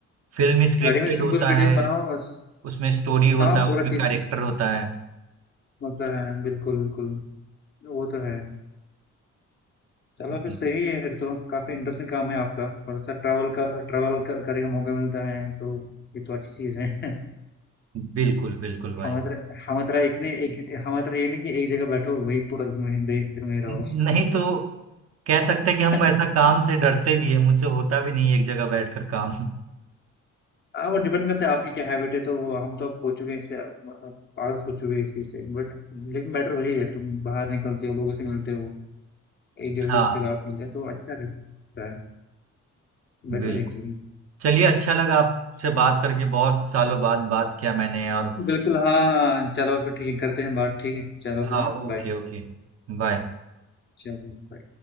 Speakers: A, on the right; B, on the left.
A: फिल्म स्क्रिप्टेड
B: वेडिंग में सिंपल
A: होता
B: वीडियो
A: है
B: बनाओ बस
A: उसमें स्टोरी
B: हाँ
A: होता है
B: पूरा
A: उसमें
B: चीज
A: कैरेक्टर होता है
B: होता है बिल्कुल बिल्कुल वो तो है चलो
A: बिल-
B: फिर सही है फिर तो काफी इंटरेस्टिंग काम है आपका और सर ट्रैवल का ट्रैवल का, करने का मौका मिलता है तो ये तो अच्छी चीज है <laughs>
A: बिल्कुल बिल्कुल भाई
B: हमारी तरह हमारी तरह एक ने एक हमारी तरह ये नहीं कि एक जगह बैठो वही पूरा दिन वहीं दे- दिन में
A: न-
B: रहो
A: नहीं तो कह सकते हैं कि हम
B: <laughs>
A: वैसा काम से डरते भी है मुझसे होता भी नहीं है एक जगह बैठकर काम
B: हाँ वो डिपेंड करता है आपकी क्या हैबिट है तो वो हम तो अब हो चुके हैं इससे मतलब आदत हो चुकी है इस चीज से बट लेकिन बेटर वही है तुम बाहर निकलते हो लोगों से मिलते हो एक जगह
A: हाँ
B: से दूसरी जगह आप मिलते हैं तो अच्छा रहता है बेटर
A: बिल्कुल
B: है एक्चुअली
A: चलिए अच्छा लगा आपसे बात करके बहुत सालों बाद बात किया मैंने और
B: बिल्कुल हाँ चलो फिर ठीक है करते हैं बात ठीक है चलो
A: हाँ
B: फिर हाँ
A: ओके
B: बाय
A: ओके बाय
B: चलो bye।